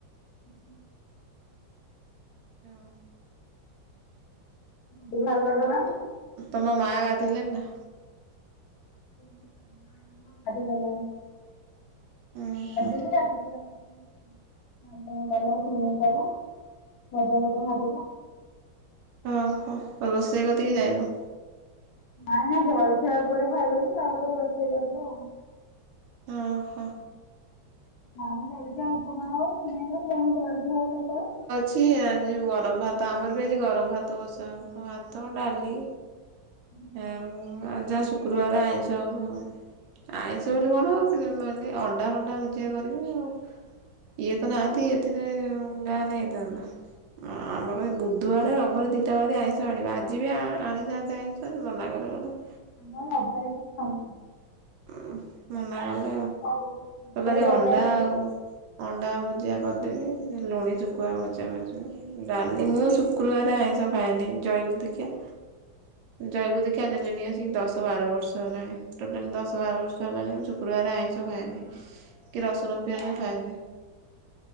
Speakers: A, on the left (about 70°); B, on the right (about 75°).
A: ହୁଁ ହୁଁ।
B: ହଁ।
A: ଉଁ ବୁଲିବାକୁ ତ ଗଲନି?
B: ଉଁ ତମ ମା ଗାଧେଇଲେଣି ନାଁ?
A: ଆମ ମା ହଁ ଗାଧେଇ ସାରିଲାଣି
B: ଉଁ ହୁଁ
A: ଗାଧେଇ ସାରି ଆସିକି ଉଁ ଆଉ କଲାବେଳକୁ କଲା ଭଜା ଫଜା ଭାଜିଲା।
B: ଓଁ ହୋ ରୋଷେଇ କତିକି ଯାଇନ।
A: ନାଇଁ ନା ଜଳିଛିଆ ଉପରେ ଖାଇଦେଲୁ ତାପରେ ରୋଷେଇ କରିବ ଆଉ।
B: ଅହ।
A: ନାଇଁ ଜାଳିଖିଆ ଉପମା ହୋଉ ସିମେଇ ହୋଉ ଯାହାଲେ ଜାଳିଖିଆ ହୋଉ ସଖାଳୁ।
B: ଛି ଆଜି ଗରମ ଭାତ ଆମର ବି ଆଜି ଗରମ ଭାତ ବସା ହବ ଭାତ ଡାଲି
A: ହୁଁ।
B: ଆଉ ଆ ଯାହା ଶୁକ୍ରବାର ଆଇଁଷ ହବ ଆ ଆଇଁଷ ବୋଲି କଣ ହବ ମାନେ ଅଣ୍ଡା ଫଣ୍ଡା ଭୁଜିଆ କରିବେ ଆଉ। ଇଏ ତ ନାହାନ୍ତି ଇଏ ଥିଲେ ଯାହାଲେ ହେଇଥାନ୍ତା। ଅ ଆମର ଏ ବୁଧବାର ରବାର ଦି ଟା ବାର ଆଇଁଷ ଆଣିବା ଆଜି ବି ଆଣିଥାନ୍ତେ ଆଇଁଷ ଆଜି ମନା କଲେ କହିଲେ
A: ଆମର ରବି ବାରେ କେହି ଖାଉନୁ।
B: ଉ ମନା କଲେ
A: ବାପା
B: ଆଉ।
A: ବୋଉ
B: କହିଲା
A: ଖାଲି
B: ଯେ
A: ରବି
B: ଅଣ୍ଡା
A: ବାରେ ଛାଡିଛନ୍ତି
B: ଆଉ ଅଣ୍ଡା ଭୁଜିଆ କରିଦେବି ଲୁଣି ସୁକୁୁଆ ଭଜା ଭାଜିବି। ଡାଲି ମୁଁ ଶୁକ୍ରବାର ଆଇଁଷ ଖାଏନି ଜୟଗୁରୁ ଦୀକ୍ଷା। ଜୟଗୁରୁ ଦୀକ୍ଷା ନେଲେଣି ଆସିକି ଦଶ ବାର ବର୍ଷ ହେଲାଣି ଟୋଟାଲ ଦଶ ବାର ବର୍ଷ ହେଲାଣି ମୁଁ ଶୁକ୍ରବାର ଆଇଁଷ ଖାଏନି କି ରସୁଣ ପିଆଜ ଖାଏନି।